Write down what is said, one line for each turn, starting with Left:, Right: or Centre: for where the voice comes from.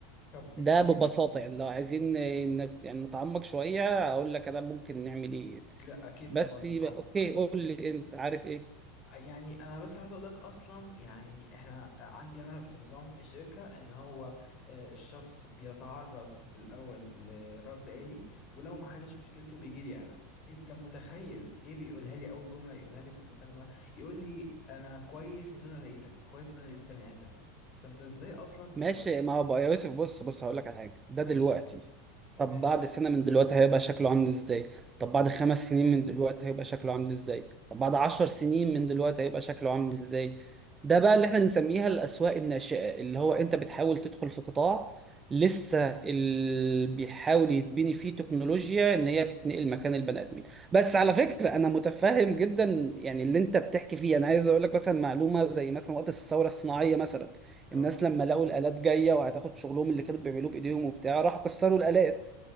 Left: طب
Right: ده
Left: انت عارف
Right: ببساطه
Left: مم.
Right: يعني لو عايزين إن- يعني نتعمق شويه اقول لك انا ممكن نعمل ايه يعني.
Left: لا اكيد
Right: بس
Left: طبعا
Right: يبقى
Left: طعمك
Right: اوكي قول لي انت عارف ايه
Left: يعني انا بس عايز اقول لك اصلا يعني احنا عندي انا في نظام الشركه ان هو آه، الشخص بيتعرض الاول لرد آلي ولو ما حلش مشكلته بيجي لي انا انت متخيل ايه بيقولها لي اول جمله يقولها لي في المكالمه يقول لي انا كويس ان انا لقيتك كويس ان انا لقيت بني ادم فانت ازاي اصلا بتك...
Right: ماشي ما هو بقى يا يوسف بص بص هقول
Left: مم.
Right: لك على حاجه ده
Left: ماشي
Right: دلوقتي طب
Left: ماشي
Right: بعد سنه من دلوقتي هيبقى شكله عامل ازاي طب بعد خمس سنين من دلوقتي هيبقى شكله عامل ازاي طب بعد عشر سنين من دلوقتي هيبقى شكله عامل ازاي ده بقى اللي احنا بنسميها الاسواق الناشئه اللي هو انت بتحاول تدخل في قطاع لسه اللي بيحاول يتبني فيه تكنولوجيا ان هي تتنقل مكان البني ادمين بس على فكره انا متفهم جدا يعني اللي انت بتحكي فيه انا عايز اقول لك مثلا معلومه زي مثلا وقت الثوره الصناعيه مثلا
Left: اه
Right: الناس لما لقوا الآلات جاية وهتاخد شغلهم اللي كانوا بيعملوه بإيديهم وبتاع راحوا كسروا الآلات